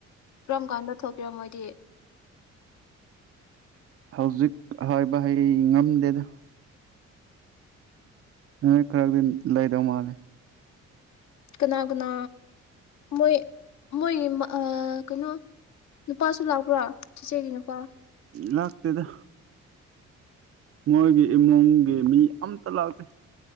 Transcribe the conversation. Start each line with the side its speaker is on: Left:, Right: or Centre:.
Left: ꯀꯔꯝ ꯀꯥꯟꯗ ꯊꯣꯛ ꯄꯤꯔꯝꯃꯣꯏꯗꯤ
Right: ꯍꯧꯖꯤꯛ ꯍꯥꯏꯕ ꯍꯩ ꯉꯝꯗꯦꯗ ꯅꯣꯏ ꯈꯔꯗꯤ ꯂꯩꯗꯧ ꯃꯥꯂꯦ
Left: ꯀꯅꯥ ꯀꯅꯥ ꯃꯣꯏ ꯃꯣꯏꯒꯤ ꯀꯩꯅꯣ ꯅꯨꯄꯥꯁꯨ ꯂꯥꯛꯄ꯭ꯔꯥ ꯆꯤꯆꯦꯒꯤ ꯅꯨꯄꯥ
Right: ꯂꯥꯛꯇꯗ ꯃꯣꯏꯒꯤ ꯏꯃꯨꯡꯒꯤ ꯃꯤ ꯑꯝꯇ ꯂꯥꯛꯇꯦ